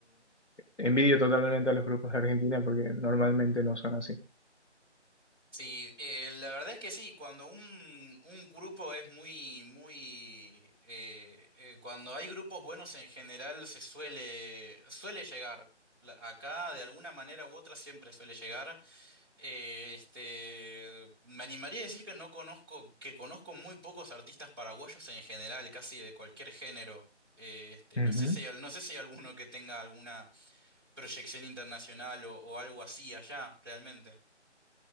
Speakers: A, on the left; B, on the right.
A: envidio totalmente a los grupos de Argentina porque normalmente no son así.
B: Sí, eh, la verdad es que sí, cuando un, un grupo es muy, muy, eh, eh, cuando hay grupos buenos en general se suele, suele llegar. La- Acá de alguna manera u otra siempre suele llegar. Eh, este, me animaría a decir que no conozco, que conozco muy pocos artistas paraguayos en general, casi de cualquier género. Eh, este,
A: Ujú.
B: no sé si hay, no sé si hay alguno que tenga alguna proyección internacional o, o algo así allá, realmente.